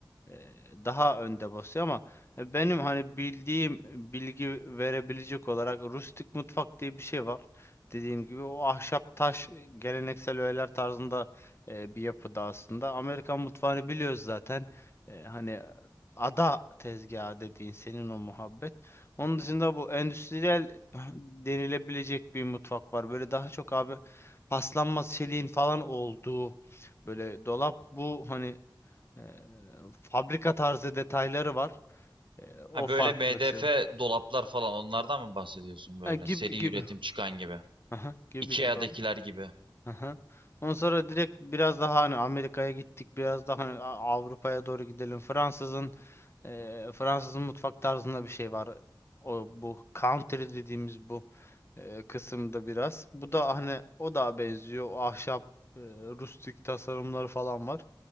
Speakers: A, on the left; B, on the right.
A: e, daha önde basıyor ama e, benim hani bildiğim bilgi verebilecek olarak rustik mutfak diye bir şey var. Dediğim gibi o ahşap taş e, geleneksel öğeler tarzında e, bir yapıda aslında. Amerikan mutfağını biliyoruz zaten. E, hani ada tezgahı dediğin senin o muhabbet. Onun dışında bu endüstriyel denilebilecek bir mutfak var. Böyle daha çok abi paslanmaz çeliğin falan olduğu böyle dolap bu hani ee, fabrika tarzı detayları var. Ee, o
B: Ha
A: farklılık
B: böyle MDF
A: senin.
B: dolaplar falan onlardan mı bahsediyorsun böyle?
A: Ha, gibi
B: Seri
A: gibi.
B: üretim çıkan gibi.
A: Aha, gibi
B: IKEA'dakiler
A: gibi.
B: gibi.
A: Aha. Ondan sonra direkt biraz daha hani Amerika'ya gittik, biraz daha hani A- Avrupa'ya doğru gidelim. Fransızın eee, Fransızın mutfak tarzında bir şey var. O bu country dediğimiz bu eee, kısımda biraz. Bu da hani o da benziyor. O ahşap, eee, rustik tasarımları falan var.